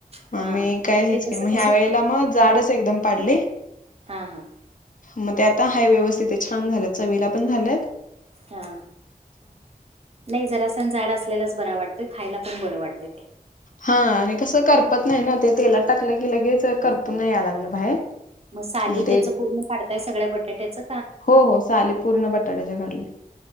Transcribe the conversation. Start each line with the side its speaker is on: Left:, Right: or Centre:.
Left: मग
Right: हां
Left: मी
Right: होतय
Left: काय हेच
Right: तस.
Left: काय मग ह्या वेळेला मग जाडच एकदम पाडले.
Right: हा हा
Left: म ते आता हा व्यवस्थित हाय व्यवस्थित हाय छान झालं चवीला पण झालत
Right: हा नाही जरा सण जाड असलेलाच बरा वाटतय खायला पण बरं वाटतय ते.
Left: हा आणि कसं करपत नाही ना ते तेलात टाकलं की लगेच करपून
Right: हं.
Left: या लागलं बाहेर
Right: मग साली
Left: म ते
Right: त्याच पूर्ण काढताय सगळ्या बटाट्याचं
Left: हो हो साली पूर्ण बटाट्याच्या काढल्या,